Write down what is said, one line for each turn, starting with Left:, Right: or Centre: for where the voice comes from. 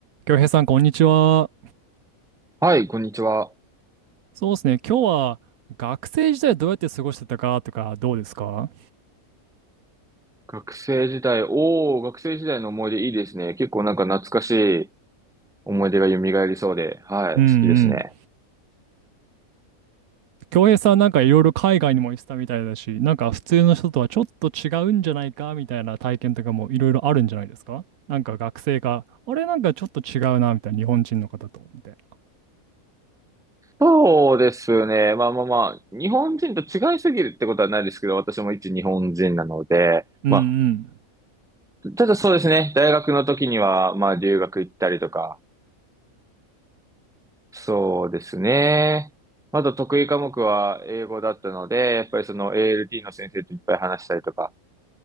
Right: 京平さん、こんにちは。
Centre: はい、こんにちは。
Right: そうですね。今日は学生時代どうやって過ごしてたかとかどうですか
Centre: 学生時代、おー、学生時代の思い出いいですね。結構なんか懐かしい思い出が蘇りそうで、はい、
Right: うんうん。
Centre: 好きですね。
Right: 京平さんなんかいろいろ海外にも行ってたみたいだし、なんか普通の人とはちょっと違うんじゃないかみたいな体験とかもいろいろあるんじゃないですかなんか学生が、あれなんかちょっと違うなみたいな日本人の方と、みたいな。
Centre: そうですね。まあまあまあ、日本人と違いすぎるってことはないですけど、私も一日本人なので、
Right: うんうん。
Centre: まあ、ただそうですね。大学の時には、まあ留学行ったりとか、そうですね。あと得意科目は英語だったので、やっぱりその ALT の先生といっぱい話したりとか、